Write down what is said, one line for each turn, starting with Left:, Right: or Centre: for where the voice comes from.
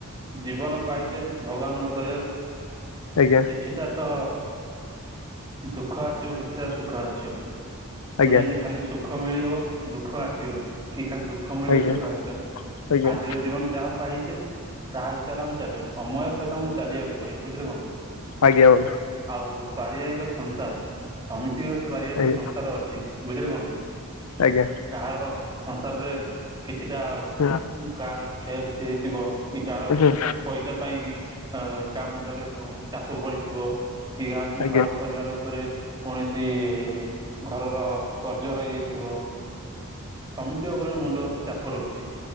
Right: ଜୀବନ ପାଇଚେ ଭଗବାନଙ୍କ ଦୟାରୁ
Left: ଆଜ୍ଞା
Right: କିଛିଟା ତ ଦୁଃଖ ଆସିବ କିଛିଟା ସୁଖ ଆସିବ
Left: ଆଜ୍ଞା
Right: ନୁହେଁ ଯେ ଖାଲି ସୁଖ ମିଳିବ ଦୁଃଖ ଆସିବନି କି ଖାଲି ଦୁ ଖ ମିଳିବ
Left: ଆଜ୍ଞା
Right: ସୁଖ ଆସିଅନି
Left: ଆଜ୍ଞା
Right: ଆଜିର ଜୀବନ ଯାହା ପାଇଚେ ତାହା ହିସାବରେ ଆମେ ଚାଲିବା ସମୟ ସହିତ ଆମକୁ ଚାଲିବାକୁ ପଡିବ ବୁଝିଲେ ବନ୍ଧୁ।
Left: ଆଜ୍ଞା ବନ୍ଧୁ।
Right: ଆଉ ପାରିବାରିକ ସଂସାର ସମିତିଙ୍କର ସେ ପାରିବାରିକ
Left: ଆଜ୍ଞା
Right: ସଂସାର ଅଛି ବୁଝିଲେ ବନ୍ଧୁ।
Left: ଆଜ୍ଞା
Right: କାହାର ସଂସାରରେ କିଛିଟା ବୋ
Left: ହୁଁ
Right: ଉଁ କାହାର କ୍ଷୟକ୍ଷତି ହେଇଥିବ କି କାହାର
Left: ହୁଁ
Right: ମ୍ ପଇସା ପାଇଁକି ଅଁ କା ମୁୁଣ୍ଡରେ ଗଁ ଚାପ ପଡିଥିବ କି କା
Left: ଆଜ୍ଞା ଆଜ୍ଞା
Right: ଘର ପରିବାର ଉପରେ କୌଣସି ଘରର କର୍ଜ ରହିଯାଇଥିବ ସମିତିକ ଉପରେ ମୁଣ୍ଡ ଉପରେ ଚାପ ରହୁଚି।